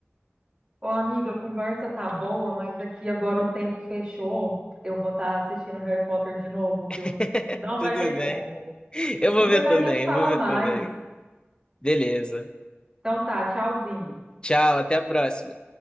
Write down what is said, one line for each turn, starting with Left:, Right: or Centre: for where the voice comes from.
Right: Ô, amiga, a conversa tá boa, mas aqui agora o tempo fechou. Eu vou estar assistindo Harry Potter de novo, viu?
Left: <laughs>
Right: Não
Left: Tudo
Right: vai ter como.
Left: bem. Eu
Right: Depois
Left: vou ver
Right: a
Left: também,
Right: gente fala
Left: eu vou ver
Right: mais.
Left: também. Beleza.
Right: Então tá, tchauzinho.
Left: Tchau, até a próxima.